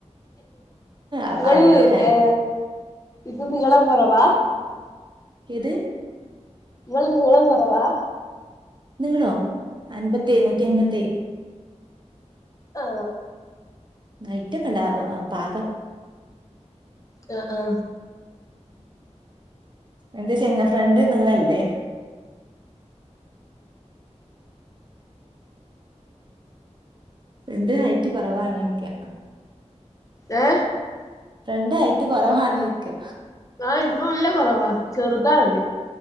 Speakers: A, on the right; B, on the left.
A: അപ്പൊ
B: ഇങ്ങള്
A: അനിയത്തി വരാന്
B: ഏ ഇത് നീളം കൊറവാ
A: ഏത്
B: ഇങ്ങള് നീളം കൊറവാ
A: നീളോ അൻപത്തേയ് നൂറ്റി അയ്മ്പത്തയ്
B: ആ
A: ഹൈറ്റ് ഒക്കെ ഉണ്ട് പാകാ
B: ആ ആ
A: എന്തച്ച ങ്ങ ഫ്രണ്ട് നീളല്ലേ ഫ്രണ്ട് ഹൈറ്റ് കൊറവാണോയ്ക്ക
B: ഏ
A: ഫ്രണ്ട് ഹൈറ്റ് കൊറവാണോയ്ക്ക
B: ആ ഇൻക്ക് നല്ല കൊറവാ ചെറുതാണത്